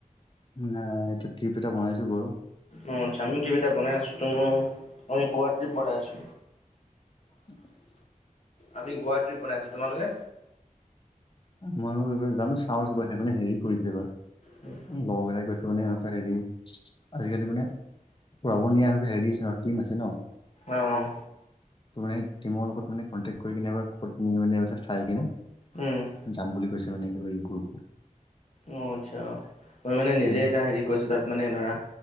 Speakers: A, on the left; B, on the left.
A: নাই এইটো ট্ৰিপ এটা বনাইছো বাৰু।
B: অ, জামিন ট্ৰিপ এটা বনাই আছো গোৱা ট্ৰিপ বনাই আছো।
A: উম, <unintelligible>
B: আমি গোৱা টিপ বনাইছো তোলোকে?
A: মইো এইবাৰ জানো চাও কা সেইকাৰানে হেৰি কৰিছে এইবাৰ।
B: হয়।
A: লগৰবিলাকে কৈছে। মানে এনেকুৱা হেৰি আজিকালি মানে পৰাব নিয়া এনেকে হেৰি আছে ন টিম আছে ন।
B: অ'
A: তোৰ মানেই টিমৰ লগত মানে কণ্টেক কৰি কিনে এবাৰ ক'ত নি মানে এইবিলাক চাই কিনে
B: উম,
A: যাম বুলি কৈছে মানে গুৰুোপটো।
B: অ, আচ্ছা মই মানে নিজে
A: উম,
B: এটা হেৰি কৰিছো তাত মানে ধৰা